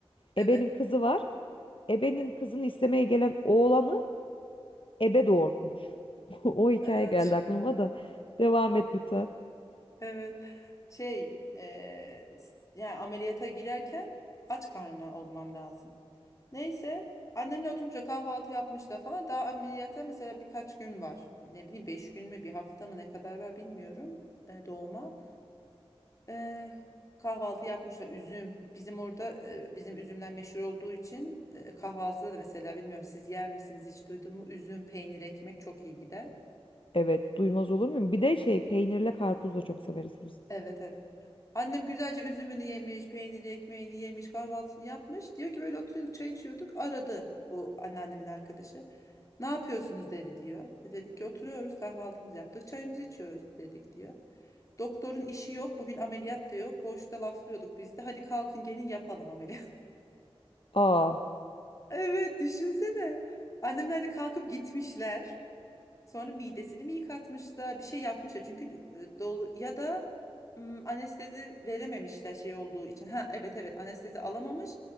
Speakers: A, on the left; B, on the left.
A: Evet
B: Ebenin kızı var. Ebenin
A: evet
B: kızını istemeye gelen oğlanı ebe doğurtmuş. <laughs> O hikaye
A: Aha,
B: geldi aklıma da. Devam et lütfen.
A: <laughs> evet şey e, s- yani ameliyata girerken aç karnına olman lazım. Neyse annemle oturunca kahvaltı yapmış da falan daha ameliyata mesela birkaç gün var. Ne bileyim 5 gün mü bir hafta mı ne kadar var bilmiyorum e, doğuma. E, kahvaltı yapmışlar üzüm. Bizim orada e, bizim üzümler meşhur olduğu için e, kahvaltıda da mesela bilmiyorum siz yer misiniz hiç duydun mu? Üzüm, peynir, ekmek çok iyi gider.
B: Evet, duymaz olur muyum? Bir de şey, peynirle karpuz da çok severiz biz.
A: Evet evet. Annem güzelce üzümünü yemiş, peyniri, ekmeğini yemiş, kahvaltısını yapmış. Diyor ki böyle oturuyorduk çay içiyorduk. Aradı bu anneannemin arkadaşı. Ne yapıyorsunuz dedi diyor. E, Dedik ki oturuyoruz kahvaltımızı yaptık çayımızı içiyoruz dedik diyor. Doktorun işi yok bugün ameliyat da yok. Boşta laflıyorduk biz de hadi kalkın gelin yapalım ameliyat. <laughs>
B: Aa,
A: Evet düşünsene. Annemler de kalkıp gitmişler. Sonra midesini mi yıkatmışlar, bir şey yapmışlar. Çünkü e, dolu ya da m, anestezi verememişler şey olduğu için. Ha evet evet anestezi alamamış.